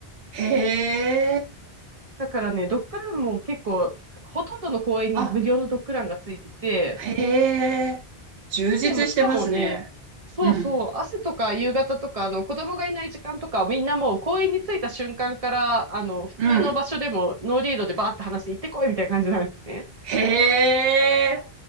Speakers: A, on the right; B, on the right.
A: へえ。
B: だからね、ドッグランも結構、ほとんどの公園に無料のドッグランがついてて、
A: あ、へえ。充実してますね。
B: で、もうしかもね、そうそう、
A: うん。
B: 朝とか夕方とか、あの、子供がいない時間とかみんなもう公園に着いた瞬間から、あの、普通の場所でもノーリードでバーって話して行ってこいみたいな感じなんですね。
A: うん。へえ、